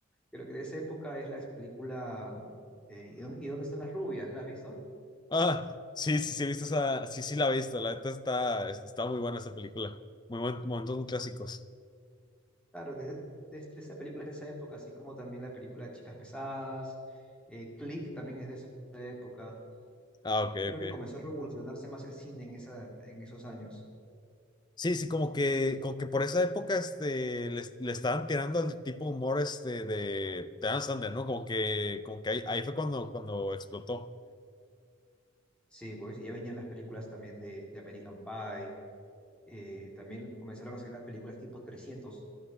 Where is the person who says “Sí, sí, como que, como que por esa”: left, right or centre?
Left